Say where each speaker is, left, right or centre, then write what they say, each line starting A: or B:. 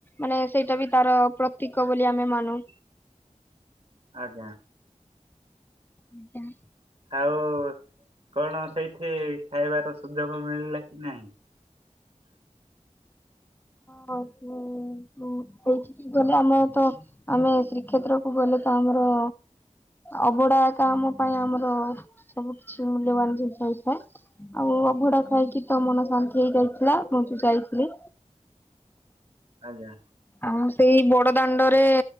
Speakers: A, on the left (about 15°); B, on the right (about 50°).
A: ମାନେ ସେଇଟା ବି ତାର ପ୍ରତୀକ ବୋଲି ଆମେ ମାନୁ।
B: ଆଜ୍ଞା।
A: ନାଁ।
B: ଆଉ କଣ ସେଇଠି ଖାଇବାର ସୁଯୋଗ ମିଳିଲା କି ନାଇଁ?
A: ହଁ ମୁଁ ଉଁ ହୁଁ ଏଇଠିକି ଗଲେ ଆମର ତ ଆମେ ଶ୍ରୀକ୍ଷେତ୍ରକୁୁ ଗଲେ ତ ଆମର ଅବଢ଼ା ଏକା ଆମ ପାଇଁ ଆମର ସବୁ କିଛି ମୂଲ୍ୟବାନ ଜିନିଷ ହେଇଥାଏ ଆଉ ଅଭଡ଼ା ଖାଇକି ତ ମନ ଶାନ୍ତି ହେଇଯାଏ। ଲା ମୁଁ ବି ଯାଇଥିଲି।
B: ଆଜ୍ଞା।
A: ଆଉ ସେଇ ବଡ଼ ଦାଣ୍ଡରେ